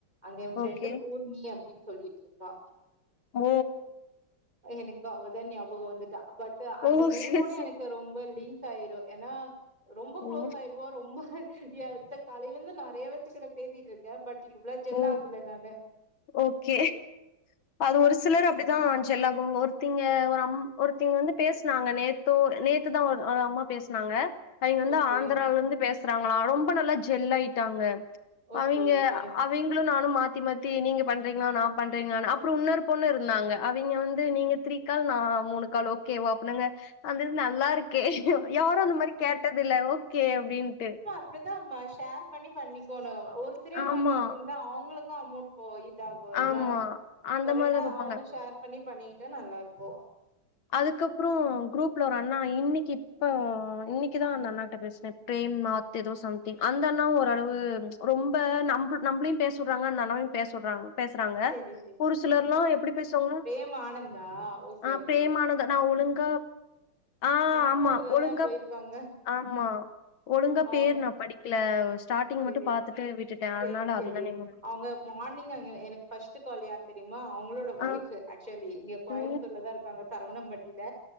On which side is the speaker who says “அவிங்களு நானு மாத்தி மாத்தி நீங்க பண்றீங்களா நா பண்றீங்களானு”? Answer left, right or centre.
Left